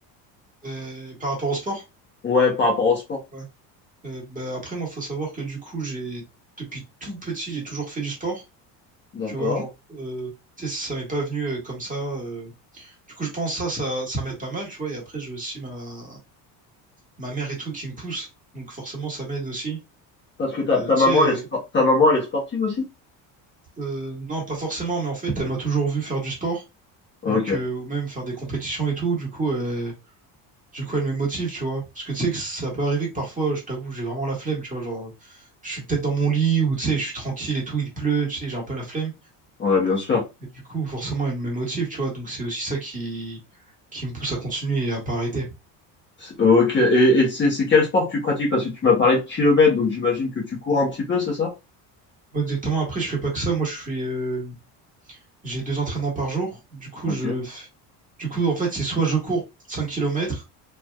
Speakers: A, on the right; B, on the left.
A: Euh, par rapport au sport,
B: Ouais, par rapport au sport.
A: ouais. Euh, bah, après, moi, faut savoir que du coup, j'ai depuis tout petit, j'ai toujours fait du sport.
B: D'accord.
A: Tu vois, genre, euh, tu sais, ça m'est pas venu euh, comme ça. euh. Du coup, je pense ça, ça, ça m'aide pas mal, tu vois. Et après, j'ai aussi ma, ma mère et tout qui me pousse. Donc forcément, ça m'aide aussi.
B: Parce que ta,
A: Euh,
B: ta
A: tu
B: maman,
A: sais, euh,
B: elle est spor- ta maman, elle est sportive aussi?
A: euh, non, pas forcément, mais en fait, elle m'a toujours vu faire du sport.
B: Ok,
A: Donc, euh, ou même faire des compétitions et tout. Du coup, euh, Du coup, elle me motive, tu vois. Parce que tu sais que ça peut arriver que parfois, je t'avoue, j'ai vraiment la flemme, tu vois. Genre, je suis peut-être dans mon lit ou tu sais, je suis tranquille et tout, il pleut, tu sais, j'ai un peu la flemme.
B: ouais, bien sûr.
A: Et du coup, forcément, elle me motive, tu vois. Donc, c'est aussi ça qui, qui me pousse à continuer et à pas arrêter.
B: C'est- Ok, et, et c'est c'est quel sport que tu pratiques? Parce que tu m'as parlé de kilomètres, donc j'imagine que tu cours un petit peu, c'est ça?
A: Ouais, exactement. Après, je fais pas que ça. Moi, je fais, euh, j'ai deux entraînements par jour. Du coup,
B: Ok.
A: je, f- du coup, en fait, c'est soit je cours 5 kilomètres